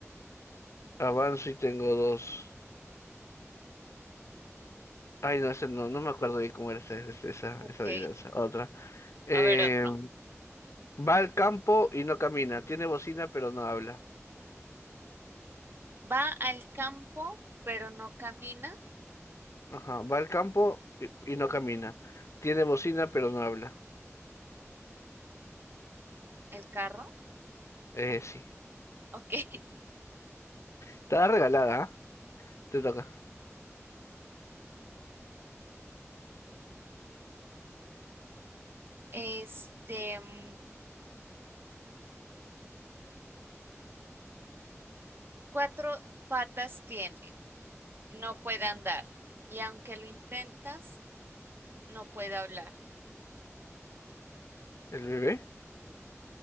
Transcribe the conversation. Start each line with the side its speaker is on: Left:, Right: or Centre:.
Left: Avanzo y tengo dos. Ay, no, ese no, no me acuerdo bien cómo era esa, esa, esa
Right: Ok.
Left: esa adivinanza. Otra. Eh,
Right: A ver otro.
Left: va al campo y no camina. Tiene bocina, pero no habla.
Right: Va al campo, pero no camina
Left: Ajá. Va al campo y, y no camina. Tiene bocina, pero no habla.
Right: el carro.
Left: Eh, sí.
Right: Ok. <laughs>
Left: Está regalada, ¿ah? Te toca.
Right: Este, mm, cuatro patas tiene, no puede andar. Y aunque lo intentas, no puede hablar.
Left: ¿El bebé?